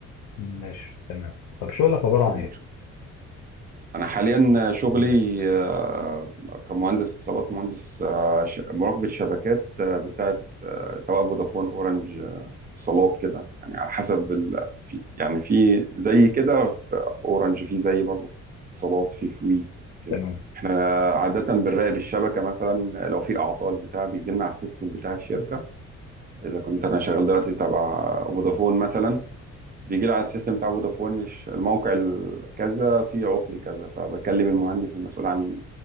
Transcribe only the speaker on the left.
ماشي تمام طب شغلك عباره
عن ايه
عن إيه؟
تمام